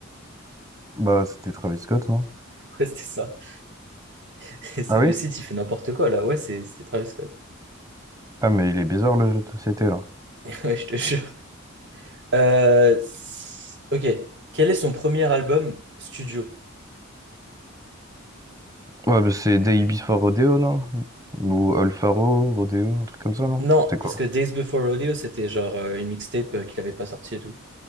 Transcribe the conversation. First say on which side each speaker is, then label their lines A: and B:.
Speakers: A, on the right (about 15°); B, on the right (about 60°).
A: Bah, c'était Travis Scott, non?
B: Ouais, c'était ça. <laughs> C'est-
A: Ah oui?
B: Le site, il fait n'importe quoi là. Ouais, c'est- c'était Travis Scott.
A: Ah, mais il est bizarre le jeu de société là.
B: <laughs> Ouais, je te jure. Euh, c- ok, quel est son premier album studio?
A: Ouais, bah, c'est Day Before Rodeo, non? Ou Alfaro, Rodeo, un truc comme ça, non?
B: Non,
A: C'était quoi?
B: parce que Days Before Rodeo, c'était genre euh, une mixtape euh, qu'il avait pas sortie et tout.